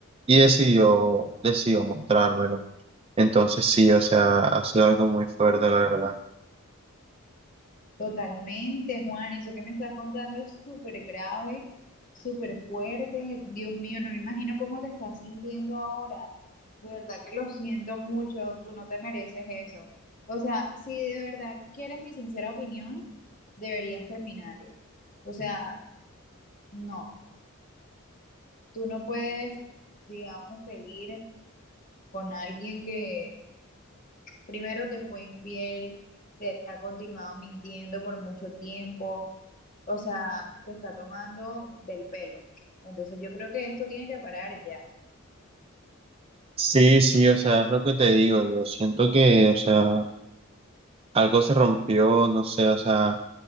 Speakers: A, on the right; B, on the left.
A: y decidió, decidió mostrármelo. Entonces sí, o sea, ha sido algo muy fuerte, la verdad.
B: Totalmente, Juan, eso que me estás contando es súper grave, súper fuerte. Dios mío, no me imagino cómo te estás sintiendo ahora. De verdad que lo siento mucho, tú no te mereces eso. O sea, si de verdad quieres mi sincera opinión, deberías terminarlo. O sea, no, tú no puedes, digamos, seguir con alguien que primero te fue infiel, te ha continuado mintiendo por mucho tiempo o sea, te está tomando del pelo. Entonces yo creo que esto tiene que parar ya.
A: Sí, sí, o sea, es lo que te digo, yo siento que, o sea, algo se rompió, no sé, o sea,